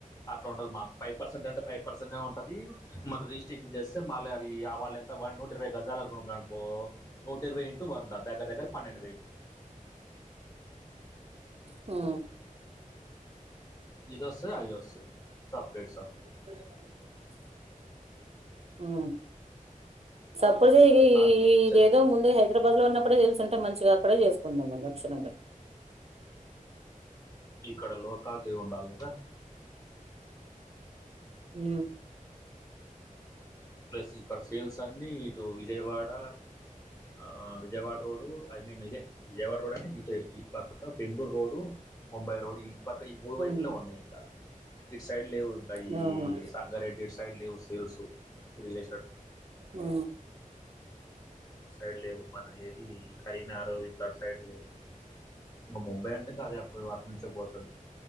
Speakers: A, on the left (about 20°); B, on the right (about 45°).
A: అట్ల ఉండదు మాకు ఫైవ్ పర్సెంట్ అంటే ఫైవ్ పర్సెంటె ఉంటది మళ్ళ రిజిస్ట్రేషన్ చేస్తే మళ్ళ అది వాళ్ళ వన్ నూట ఇరవై గజాలు ఉందనుకో నూట ఇరవై ఇంటూ వందా దగ్గర దగ్గర పన్నెండు వేలు
B: హూ
A: ఇది వస్తది అవి వస్తాయి సపరేట్ స
B: అ ఊ సపోజ్ ఇది
A: అట్లా
B: ఈ
A: చెక్
B: ఇదేదో ముందే హె తిరపతి లో ఉన్నప్పుడే తెలుసుంటే మంచిగా అక్కడ చేసుకుందుము లక్షణంగా
A: మీకు ఆడ లోకాలిటీ ఉండాలి కదా
B: ఊ
A: ప్లేస్ ఇక్కడ సేల్స్ అన్నీ ఇటు విజయవాడ ఆ విజయవాడ రోడు ఐ మీన్ ఇదే విజయవాడ రోడ్ అంటే ఇటే ఇటుప పక్క బెంగుళూరు రోడు ముంబై రోడ్ ఇటు పక్క ఈ మూడు వైపులే
B: ఉమ్
A: ఉన్నాయి ఇంక ఇటు సైడ్ లేవు ఇంక ఈ
B: అవును
A: సాంగారెడ్డి ఇటు సైడ్ లేవు సెల్స్ రియలెస్టేట్
B: ఊ
A: ఇటు సైడ్ లేవు మన ఏది ఈ కరీంనగరు ఇట్ల అటు సైడ్ లేవు ఇంక ముంబై అంటే కదే అప్పుడు అటు నుంచే పోతుది